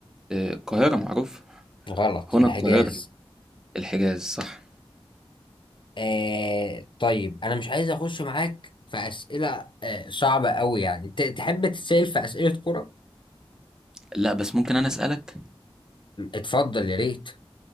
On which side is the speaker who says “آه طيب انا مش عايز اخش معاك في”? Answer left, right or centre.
Left